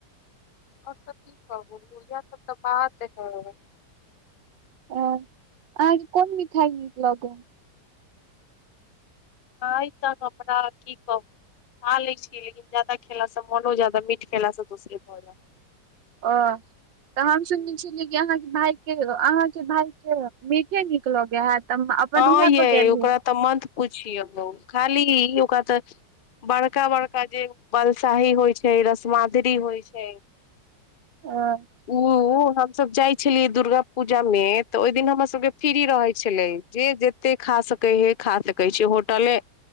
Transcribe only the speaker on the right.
आ अहाँके कोन मिठाइ नीक लग
ओ तऽ हम सुनली सुनली कि अहाँके भाय के अहा के भाय के मिके नीक लगै हयत तऽ अपन
उहाँ
पर गेल
है
ह